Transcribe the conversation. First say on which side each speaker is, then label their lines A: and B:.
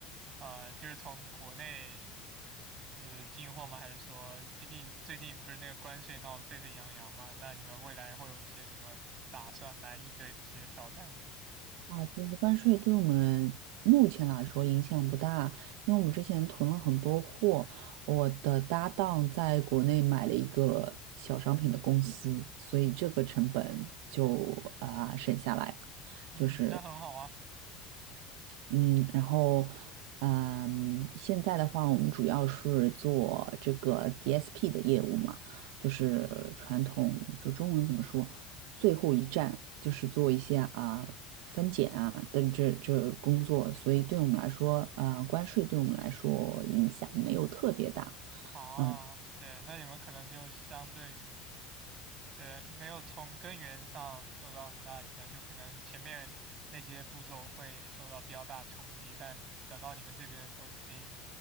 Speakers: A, on the right (about 40°); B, on the right (about 75°).
A: 呃，就是从国内就是进货吗？还是说，毕竟最近不是那个关税闹得沸沸扬扬嘛？那你们未来会有一些什么打算来应对这些挑战呢？
B: 啊，其实关税对我们目前来说影响不大，因为我们之前囤了很多货，我的搭档在国内买了一个小商品的公司，所以这个成本就啊、省下来了。
A: 嗯，
B: 就是。
A: 那很好啊。
B: 嗯，然后，嗯，现在的话，我们主要是做这个 DSP 的业务嘛，就是传统，就中文怎么说，最后一站就是做一些啊、分拣啊等这这工作，所以对我们来说，啊、关税对我们来说影响没有特别大，
A: 啊，
B: 嗯、
A: 对，那你们可能就相对于对，没有从根源上受到很大的影响，就可能前面那些步骤会受到比较大的冲击，但等到你们这边的时候，已经